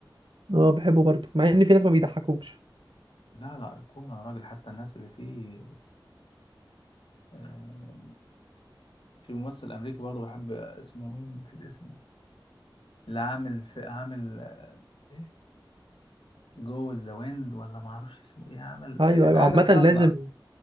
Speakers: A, on the right; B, on the left.
A: اه بحبه برضه مع ان في ناس ما بيضحكوش
B: لا لا ايقونه يا راجل حتى الناس اللي فيه آه في ممثل امريكي برضه بحب اسمه مين نسيت اسمه اللي عامل في عامل آه، ايه جو ذا ويند ولا ما اعرفش اسمه ايه عامل
A: ايوه
B: ايه
A: ايوه
B: ادم
A: عامة
B: ساندلر
A: لازم